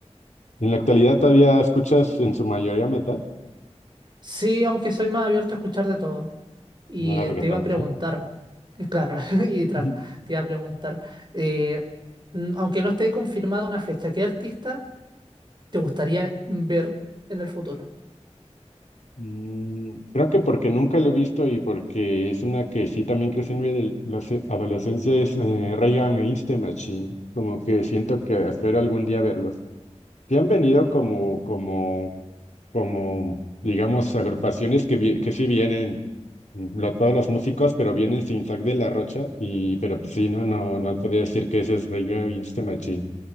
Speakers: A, on the left; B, on the right.
A: En la actualidad todavía escuchas en su mayoría metal,
B: Sí, aunque soy más abierto a escuchar de todo. Y
A: no era reggaetón.
B: te iba a preguntar, y claro, <laughs> y trap,
A: <laughs>
B: te iba a preguntar, eh, n- aunque no esté confirmada una fecha, ¿qué artista te gustaría ver en el futuro?
A: Mm, creo que porque nunca lo he visto y porque es una que sí también crecí en mi adel- la se- adolescencia, es eh, Rey Against the Machine. Como que siento que espero algún día verlos. Sí han venido como, como, como, digamos, agrupaciones que, vi- que sí vienen, mm, lo- todos los músicos, pero vienen sin Zack de la Rocha. Y, pero pues sí, no, no, no podría decir que ese es Rey Against the Machine.